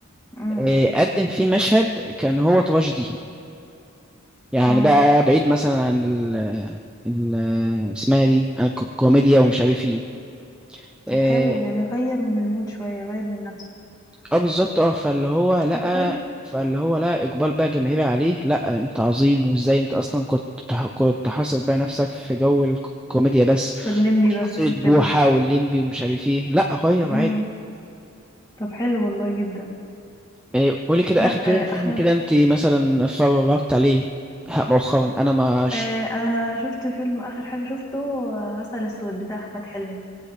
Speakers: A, on the left; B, in the centre.
A: امم
B: آه قدم فيه مشهد كان هو تراجيدي يعني
A: اه
B: بقى بعيد مثلا عن ال ال اسمها دي عن الك- الكوميديا ومش عارف ايه
A: طب
B: إيه،
A: حلو يعني غير من المود شوية غير من نفسه
B: اه بالظبط اه فاللي هو لقى
A: طب كويس
B: فاللي هو لقى اقبال بقى جماهيري عليه لا انت عظيم وازاي انت اصلا كنت تح- كنت حاصر بقى نفسك في جو الكوميديا بس
A: في الليمبي
B: وشخصية
A: بس وكده
B: بوحة والليمبي ومش عارف ايه لا غير
A: امم
B: عادي
A: طب حلو والله جدا
B: إيه، قولي كده
A: لا
B: اخر كده
A: آه،
B: فيلم
A: احمد
B: كده انت مثلا اتفرجت عليه ها، مؤخرا انا ما
A: آه، انا شفت فيلم اخر حاجة شفته آه، عسل اسود بتاع احمد حلمي